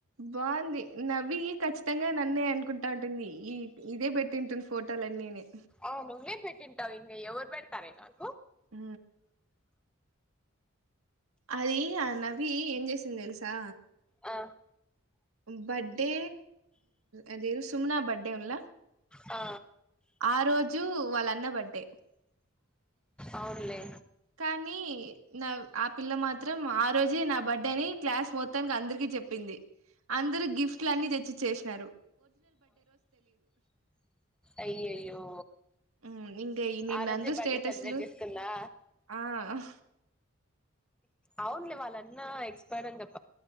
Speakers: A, on the right; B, in the centre.
A: బాగుంది నవ్వి ఖచ్చితంగా నన్నే అనుకుంటా ఉంటుంది ఈ ఇదే పెట్టింటుంది ఫోటోలున్నీనే
B: ఆ నువే పెటిం అవ్వి ఇంగా ఎవరు పెడతార నక్
A: ఉ అది ఆ నవి ఏం చేసింది తెలుసా
B: ఆ
A: బర్త్డే అది ఉ ఇవ్వుస్ తుమ్ న్న బర్త్డే ఉల్ల
B: ఆ
A: ఆ రోజు వాళ్ళ అన్న బర్త్డే
B: అవున్ లే
A: కానీ నా ఆ పిల్ల మాత్రం ఆ రోజే నా బర్త్డే అని క్లాస్ మొత్తనికి అందరికి చెప్పింది అందరు గిఫ్ట్ లు అన్ని తెచ్చి చేసినారు
B: అయ్యోయ్యో
A: హ్మ్ ఇంగ ఈ నీ
B: ఆరాధ్య
A: నందు
B: బర్త్డే
A: స్టేటస్లు
B: సెలబ్రేట్ చేసుకుందా
A: ఆ
B: అవునులే వాళ్ళన్నా ఎక్స్పైర్ అని చెప్ప